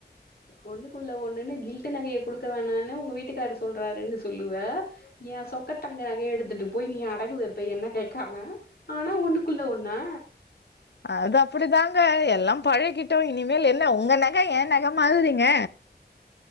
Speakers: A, on the left (about 60°); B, on the left (about 75°).
A: ஒண்ணுக்குள்ள ஒண்ணுன்னு கில்ட்டு நகைய குடுக்க வேணான்னு உங்க வீட்டுக்காரு சொல்றாருன்னு சொல்லுவ, எ சொக்கத்தங்க நகைய எடுத்துட்டு போய் நீ அடகு வைப்ப என்ன கேக்காம ஆனா ஒண்ணுக்குள்ள ஒண்ணா
B: அது அப்டிதாங்க, எல்லா பழைக்கிட்டோ இனிமேல் என்ன உங்க நகை எ நகை மாதிரிங்க